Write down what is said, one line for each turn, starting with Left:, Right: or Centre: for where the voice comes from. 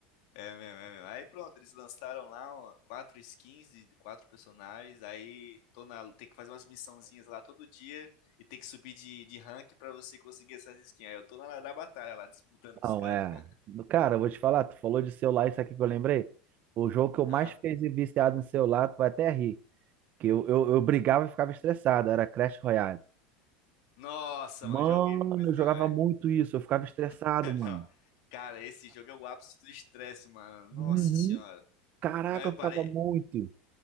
Left: É mesmo, é mesmo. Aí pronto, eles lançaram lá ó, quatro skins de quatro personagens. Aí tô na, tem que fazer umas missãozinhas lá todo dia e tem que subir de, de rank pra você conseguir essas skins. Aí eu tô na, na batalha lá, disputando com
Right: Não,
Left: os caras.
Right: é.
Left: <laughs>
Right: Cara, eu vou te falar, tu falou de celular, isso aqui que eu lembrei. O jogo que eu
Left: Ah,
Right: mais fiquei viciado em celular, tu vai até rir. Que eu, eu, eu brigava e ficava estressado, era Crash Royale.
Left: nossa,
Right: Mano,
Left: mano, joguei muito
Right: eu
Left: também.
Right: jogava muito isso, eu ficava estressado,
Left: <laughs>
Right: mano.
Left: Não, cara, esse jogo é o ápice do estresse, mano. Nossa
Right: Uhum.
Left: senhora.
Right: Caraca,
Left: Não, eu
Right: eu
Left: parei.
Right: ficava muito.